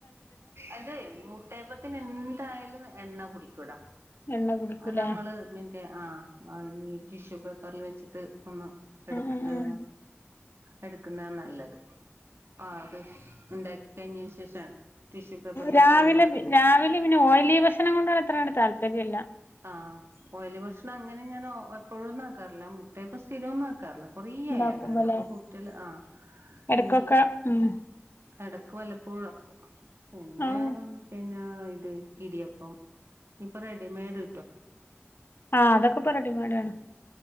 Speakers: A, on the right; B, on the left.
A: അത് ന്യൂട്ടപ്പത്തി എന്തായാലും എണ്ണ കുടിക്കൂടാ
B: എണ്ണ കുടിക്കൂലേ
A: നമ്മള്
B: ആഹ്
A: മറ്റേ ആ ആ ഈ ടിഷ്യൂ പേപ്പറിൽ വെച്ചിട്ട് ഒന്ന് എടുക്ക
B: ആഹ്
A: ഏ
B: ആഹ്
A: എടുക്കുന്ന നല്ലത് ആഹ് അത് ഉണ്ടാക്കി കഴിഞ്ഞതിന് ശേഷം ടിഷ്യൂ പേപ്പറിൽ
B: രാവിലെ
A: വെച്ച് കഴിഞ്ഞിട്ട്
B: രാവിലെ പിന്നെ ഓയിലി ഭക്ഷണങ്ങളോട് എത്ര താല്പ ൽപര്യല്ല
A: ആ ഓയിലി ഭക്ഷണം അങ്ങനെ ഞാൻ ഓ എപ്പോഴും ഒന്നും അ ക്കറില്ല മുട്ട ഇപ്പ സ്ഥിരമോന്നും അ റില്ല കൊറേ
B: ഇണ്ടാക്കുമ്പല്ലേ
A: ആയി ആക്കാതെ അപ്പൊ കുട്ട്യകള് ആ
B: എടക്കൊക്കെ
A: ഈ
B: ഉം
A: ഇടക്ക് ക്ക് വല്ലപ്പോഴും ആക്കും പിന്നെ
B: ഔ
A: പിന്നെ ട്ട് ഇടിയപ്പം ഇപ്പൊ റെഡിമേയ്ട്
B: ആ അതൊക്കെ ഇപ്പ റെഡിമെയ്ട് ആണ്